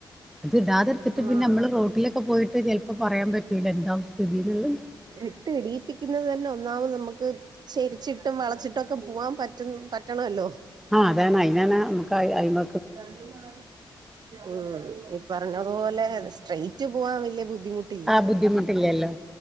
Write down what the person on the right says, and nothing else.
ആ
എട്ട് ഇടീപ്പിക്കുന്നത് തന്നെ ഒന്നാമത് നമ്മക്ക് ചെരിച്ചിട്ടും വളച്ചിട്ടൊക്കെ പൂവാൻ പറ്റ് പറ്റണല്ലോ
രണ്ടും നാ ഉം ഈ പറഞ്ഞതുപോലെ സ്ട്രേയ്റ്റ് പോവാ വലിയ ബുദ്ധിമുട്ട്